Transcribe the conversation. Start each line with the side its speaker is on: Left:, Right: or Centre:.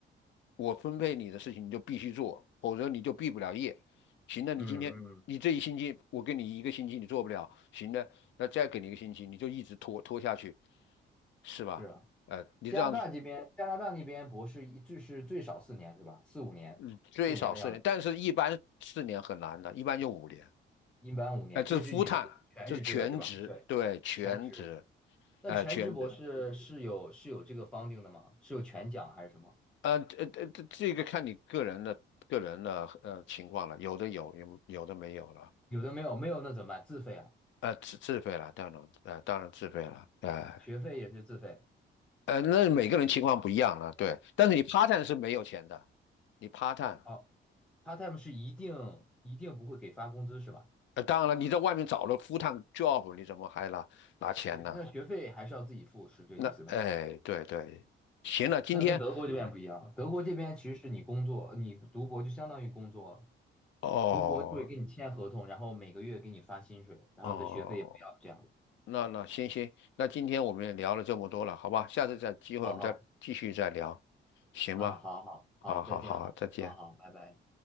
Left: 我分配你的事情你就必须做，否则你就毕不了业。行了，你今天你这一星期，
Centre: 嗯嗯，
Left: 我给你一个星期，你做不了，行了，那再给你一个星期，你就一直拖拖下去，是吧？
Centre: 是啊，
Left: 呃，你这样子，
Centre: 加拿大这边，加拿大那边博士一就是最少四年是吧？四五年，
Left: 嗯最少四年，
Centre: 四五年的样子，
Left: 但是一般四年很难的，一般就五年。
Centre: 一般五年，
Left: 哎、这是
Centre: 就是就你说的全日制的是吧？
Left: full time，这是全职，
Centre: 全全职，
Left: 对，全职，
Centre: 那全职博士是有是有这个
Left: 哎、全职，
Centre: funding 的吗？是有全奖还是什么？
Left: 呃，呃，呃这这个看你个人的个人的呃情况了，有的有，有有的没有了，
Centre: 有的没有，没有那怎么办？自费啊，
Left: 呃，自自费了，当然，呃，当然自费了，哎、
Centre: 学费也是自费。
Left: 呃，那每个人情况不一样了，对。但是你 part time 是没有钱的，你 part time，
Centre: 哦，part time 是一定一定不会给发工资是吧？
Left: 呃，当然了，你在外面找了 full time job，你怎么还拿拿钱呢？
Centre: 对，那学费还是要自己付，是这意思吗？
Left: 那，哎，对对，行了，今天，
Centre: 那跟德国这边不一样，德国这边其实是你工作，你读博就相当于工作了。
Left: 哦
Centre: 读博就会给你签合同，然后每个月给你发薪水，然后你的学费也不要，
Left: 哦，
Centre: 这样。
Left: 那那行行，那今天我们也聊了这么多了，好吧？下次再机会我们再继续再聊，
Centre: 好好，
Left: 行吧？
Centre: 嗯，好好好，
Left: 好好好，
Centre: 再见哈，
Left: 再见。
Centre: 好好，拜拜。